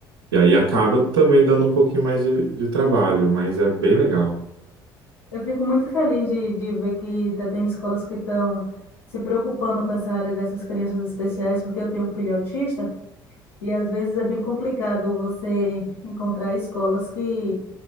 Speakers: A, on the right (about 75°); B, on the left (about 80°).
A: E aí acaba
B: sim.
A: também dando um pouquinho mais de, de trabalho, mas é bem legal.
B: Eu fico muito feliz de, de ver que ainda tem escolas que estão se preocupando com essa área dessas crianças especiais, porque eu tenho um filho autista. E às vezes é bem complicado você encontrar escolas que